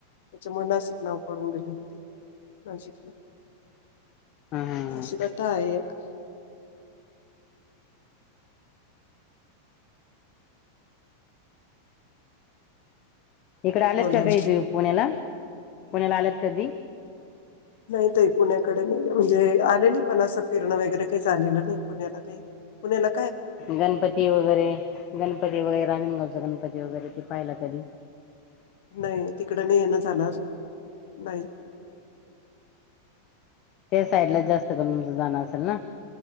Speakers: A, on the left; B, on the left.
A: त्याच्या मुळ नाशिक नाव पडून गेले
B: हा हा
A: अशी कथा आहे एक
B: इकडे आलेत
A: बोला
B: का
A: ना.
B: कधी तु पुण्याला पुण्याला आलेत कधी
A: नाहीत पुण्याकडे नाही म्हणजे आलेली पण असं फिरणं वगैरे काही झालेलं नाही पुण्याला काही पुन्याला
B: गणपती वगैरे गणपती वगैरे राजणगाव गगणपती वगैरे ते पाहिला तधी
A: नाही तिकड नाही येणं झालं नाही
B: त्या साईड ला जास्त करून.. जान असेल ना